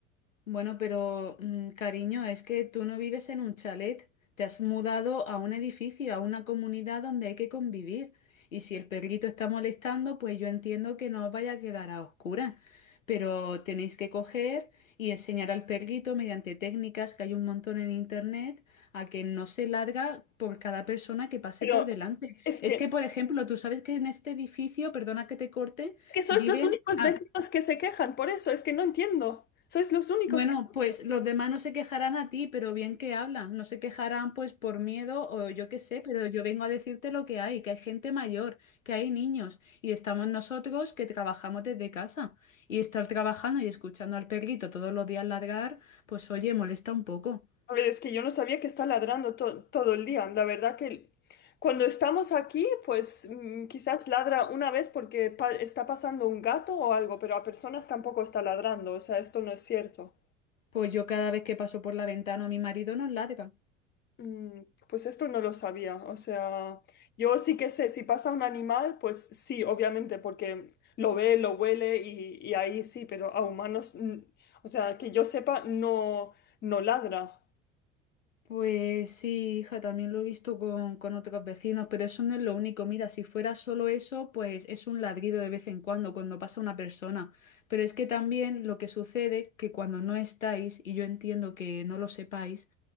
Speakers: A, on the left; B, on the left.
A: Bueno, pero mm, cariño, es que tú no vives en un chalet, te has mudado a un edificio, a una comunidad donde hay que convivir. Y si el perrito está molestando, pues yo entiendo que no os vaya a quedar a oscuras, pero tenéis que coger y enseñar al perrito mediante técnicas que hay un montón en internet a que no se larga por cada persona que pase
B: Pero
A: por delante.
B: es
A: Es
B: que,
A: que, por ejemplo, tú sabes que en este edificio, perdona que te corte,
B: es que sois
A: viven...
B: los únicos
A: ah,
B: vecinos que se quejan, por eso es que no entiendo. Sois los únicos
A: bueno,
B: que...
A: pues los demás no se quejarán a ti, pero bien que hablan. No se quejarán pues por miedo o yo qué sé, pero yo vengo a decirte lo que hay, que hay gente mayor, que hay niños y estamos nosotros que trabajamos desde casa. Y estar trabajando y escuchando al perrito todos los días ladrar, pues oye, molesta un poco.
B: A ver, es que yo no sabía que está ladrando to- todo el día. La verdad que cuando estamos aquí, pues mm, quizás ladra una vez porque pa- está pasando un gato o algo, pero a personas tampoco está ladrando. O sea, esto no es cierto.
A: Pues yo cada vez que paso por la ventana a mi marido nos ladra.
B: Mm, Pues esto no lo sabía. O sea, yo sí que sé, si pasa un animal, pues sí, obviamente, porque lo ve, lo huele y, y ahí sí, pero a humanos, mm, o sea, que yo sepa, no, no ladra.
A: Pues sí, hija, también lo he visto con, con otros vecinos, pero eso no es lo único. Mira, si fuera solo eso, pues es un ladrido de vez en cuando, cuando pasa una persona. Pero es que también lo que sucede, que cuando no estáis, y yo entiendo que no lo sepáis,